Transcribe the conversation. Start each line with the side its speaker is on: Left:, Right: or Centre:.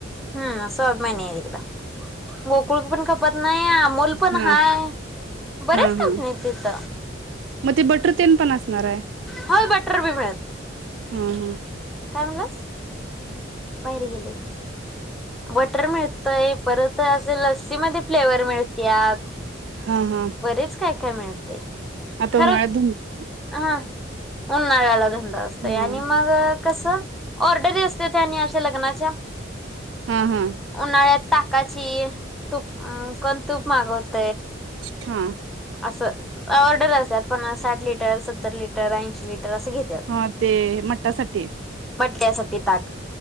Centre: हम्म स्वाभीमानी हाय एकदा गोकुळ पण खप नाही आमूल पण
Right: हा
Centre: हाय बरेच
Right: हा
Centre: कंपणी
Right: हा
Centre: हाय्तं तीथ
Right: मग ते बटर तेन पण असणार आहे
Centre: व्होय बटर बी मिळतय
Right: हा, हा
Centre: काय म्हणलास बाहेर गेलेत बटर मिळत परत असे लस्सी मध्ये फ्लेवर मिळत्यात
Right: हा हा
Centre: बरेच काय काय मिळतय
Right: आता
Centre: खरं
Right: उन्हाळ्यात धुमत
Centre: हा उन्हाळ्याला धंदा असतोय
Right: हम्म
Centre: आणि मग कस ऑर्डरी अस त्यांनी अशा लग्नाच्या
Right: हा हा
Centre: उन्हाळ्यात ताकाची तूप अ कोन तूप मागवत
Right: हा
Centre: असं ऑर्डर असत्यात पन्नास साठ लिटर सत्तर लिटर ऐंशी लिटर असं घेत्यात.
Right: हा ते मठासाठी
Centre: त्यासाठी ताक